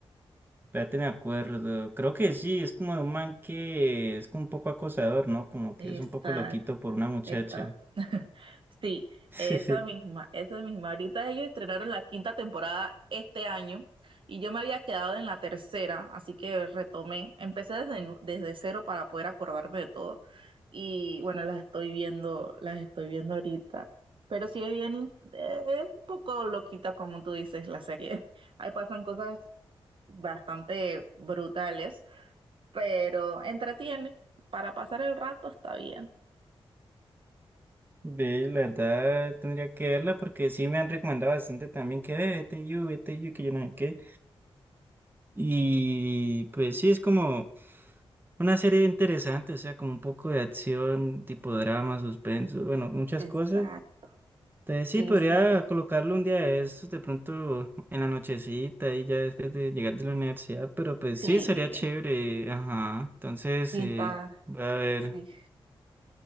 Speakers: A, on the right; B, on the right.
A: espérate, me acuerdo. Creo que sí, es como de un man que es como un poco acosador, ¿no? Como
B: Exacto,
A: que es un poco loquito por una muchacha.
B: esta. <laughs> Sí,
A: <laughs>
B: esa misma, esa misma. Ahorita ellos estrenaron la quinta temporada este año y yo me había quedado en la tercera, así que retomé, empecé desde, nu- desde cero para poder acordarme de todo. Y bueno, las estoy viendo, las estoy viendo ahorita. Pero sí es bien, eh, es un poco loquita como tú dices la serie. <laughs> Ahí pasan cosas bastante brutales, pero entretiene. Para pasar el rato está bien.
A: Ve, la verdad tendría que verla porque sí me han recomendado bastante también que ve, vete you, vete you, que yo no sé qué. Y pues sí, es como una serie interesante, o sea, como un poco de acción, tipo drama, suspenso, bueno, muchas
B: Está,
A: cosas. Entonces sí,
B: sí,
A: podría
B: sí,
A: colocarlo un día de estos, de pronto en la nochecita y ya después de llegar de la universidad, pero pues
B: sí,
A: sí, sería chévere, ajá. Entonces,
B: sí
A: eh,
B: está,
A: voy a ver.
B: sí,